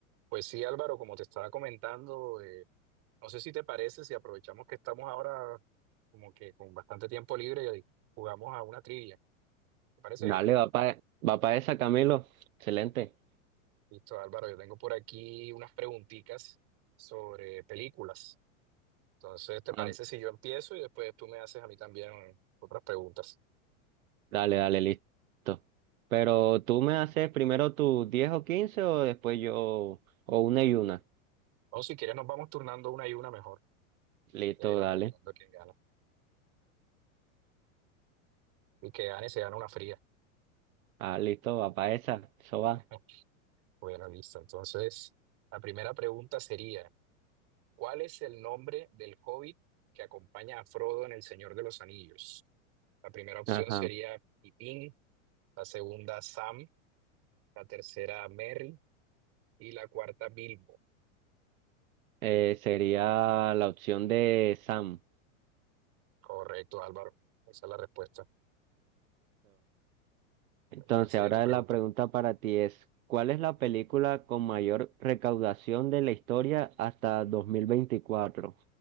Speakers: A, on the right; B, on the right.
A: Pues sí, Álvaro, como te estaba comentando, eh, no sé si te parece, si aprovechamos que estamos ahora como que con bastante tiempo libre y jugamos a una trivia. ¿Te parece bien?
B: Dale, va para va pa esa, Camilo. Excelente.
A: Listo, Álvaro, yo tengo por aquí unas preguntitas sobre películas. Entonces, ¿te
B: Ah,
A: parece si yo empiezo y después tú me haces a mí también otras preguntas?
B: dale, dale, listo. Pero tú me haces primero tus 10 o 15 o después yo, o una y una.
A: O si quieres, nos vamos turnando una y una mejor
B: Listo,
A: y ahí vamos
B: dale.
A: viendo quién gana. Y que gane se gana una fría.
B: Ah, listo, va para esa. Eso va.
A: <laughs> Bueno, listo. Entonces, la primera pregunta sería... ¿Cuál es el nombre del hobbit que acompaña a Frodo en El Señor de los Anillos? La primera opción
B: Ajá.
A: sería Pippin, la segunda Sam, la tercera Merry y la cuarta Bilbo.
B: Eh, sería la opción de Sam.
A: Correcto, Álvaro. Esa es la respuesta.
B: Entonces,
A: Bueno, ¿cuál sería
B: ahora
A: tu pregunta?
B: la pregunta para ti es, ¿cuál es la película con mayor recaudación de la historia hasta 2024?